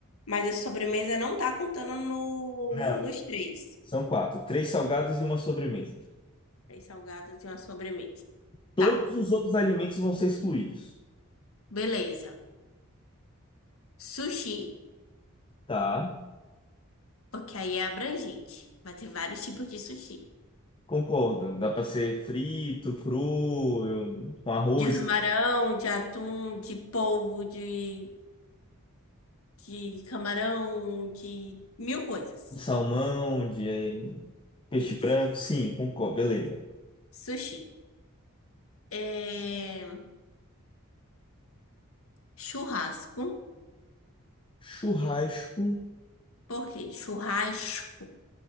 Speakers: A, on the left; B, on the left.
A: Mas a sobremesa não tá contando no...
B: Não,
A: nos três.
B: são quatro. Três salgados e uma sobremesa.
A: Três salgados e uma sobremesa.
B: Todos
A: Tá,
B: os outros alimentos vão ser excluídos,
A: beleza. Sushi.
B: tá?
A: O que aí é abrangente. Vai ter vários tipos de sushi.
B: Concordo, dá para ser frito, cru, eu- com arroz,
A: De camarão, de atum, de polvo, de, de camarão, de mil coisas.
B: de salmão, de eh, peixe
A: Isso.
B: branco, sim, concordo, beleza.
A: Sushi. É... Churrasco.
B: Churrasco.
A: Por quê? Churrasco.